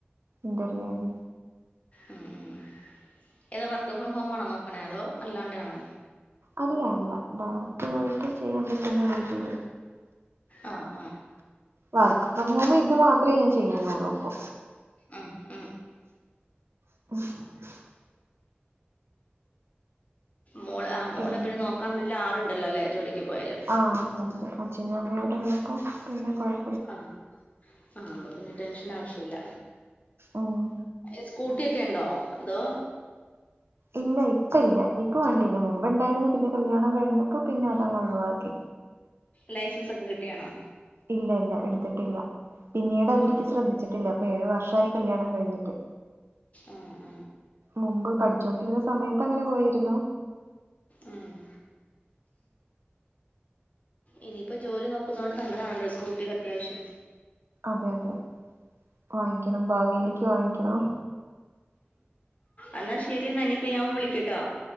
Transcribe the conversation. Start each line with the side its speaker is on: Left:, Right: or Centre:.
Right: ഇന്റർവ്യൂന്
Left: അ അ ഏതാ വർക്ക് ഫ്രം ഹോം ആണോ ന്നോക്കണേ അതോ അല്ലാണ്ടെ യാണോ.
Right: അല്ല അല്ല ഡയറക്റ്റ് പോയിട്ട് ചെയ്യാൻ പറ്റുന്ന രീതിയില്.
Left: അ അ
Right: വർക്ക് ഫ്രം ഹോം ഇത് മാത്രെ ഞാൻ ചെയ്യുന്നൊള്ളൂ ഇപ്പൊ.
Left: അ ഹ്
Right: <unintelligible>
Left: മോള് ആ മോളെ
Right: പിന്നെ
Left: പിനെ ന്നോക്കാൻ വീട്ട്ല് ആള്ണ്ടല്ലല്ലേ ജോലിക്ക് പോയാല്.
Right: ആ അതെ അതെ അഛനും അമ്മയും ഇവ്ടെ ഇള്ളപ്പോ പിനെ കൊഴ-
Left: ആ ആഹ അപ്പപിനെ ട്ടെൻഷനാ ആവശ്യല്ല.
Right: ഉം
Left: എ സ്കൂട്ട്യൊക്കെ ഇണ്ടോ അതോ.
Right: ഇല്ല ഇപ്പ ഇല്ല ഇപ്പൊ വണ്ടില്ല മുമ്പുണ്ടായിരുന്നു പിന്നെ കല്യാണം കഴിഞ്ഞപ്പോ പിന്നെ അതങ്ങ് ഒഴിവാക്കി
Left: ലൈസൻസ് ഒക്കെ കിട്ടിയാണോ
Right: ഇല്ല ഇല്ല എടുത്തിട്ടില്ല പിന്നീട് അതില്ക്ക്
Left: ആ
Right: ശ്രദ്ധിച്ചിട്ടില്ല ഏഴു വർഷായി കല്യാണം കഴിഞ്ഞിട്ട്
Left: ആഹ്
Right: മുമ്പ് പഠിച്ചുകൊണ്ടിരുന്ന സമയത്ത് അങ്ങനെ പോയിരുന്നു
Left: ഉം ഇനിയിപ്പോ ജോലി നോക്കുന്നോണ്ട് നല്ലതാണല്ലോ സ്കൂട്ടികെ അത്യാവശ്യം
Right: അതെ അതെ വാങ്ങിക്കണം ഭാവിയിലേക്ക് വാങ്ങിക്കണം
Left: എന്നാ ശരിന്നാ നീ ഫ്രീയാമ്പോ വിളിക്ക്ട്ടോ